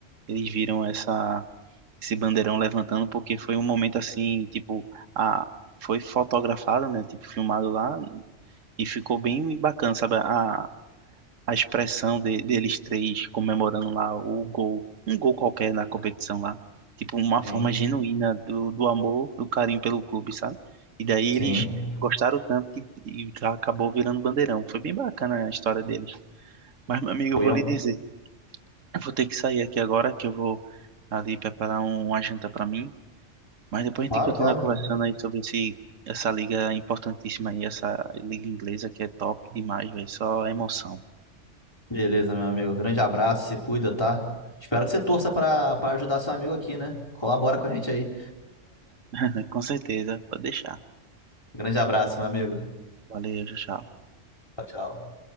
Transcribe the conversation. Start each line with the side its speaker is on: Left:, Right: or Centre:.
Right: eles viram essa, esse bandeirão levantando, porque foi um momento assim, tipo, a, foi fotografado, né, tipo, filmado lá, e ficou bem bacana, sabe? A, a expressão de- deles três comemorando lá o gol, um gol qualquer na competição lá. Tipo, uma
Left: Sim,
Right: forma genuína do, do amor, do carinho pelo clube, sabe? E daí
Left: sim.
Right: eles gostaram tanto que e acabou virando bandeirão. Foi bem bacana a história deles. Mas, meu amigo,
Left: Fui
Right: eu vou
Left: eu.
Right: lhe dizer, eu vou ter que sair aqui agora, que eu vou ali preparar um, uma janta para mim. Mas depois a
Left: Claro,
Right: gente continua
Left: claro.
Right: conversando aí sobre esse, essa liga importantíssima aí, essa liga inglesa que é top demais, velho. Só emoção.
Left: Beleza, meu amigo. Grande abraço, se cuida, tá? Espero que você torça pra para ajudar seu amigo aqui, né? Colabora com a gente aí.
Right: <laughs> Com certeza, pode deixar.
Left: Grande abraço, meu amigo.
Right: Valeu, tchau, tchau.
Left: Tchau, tchau.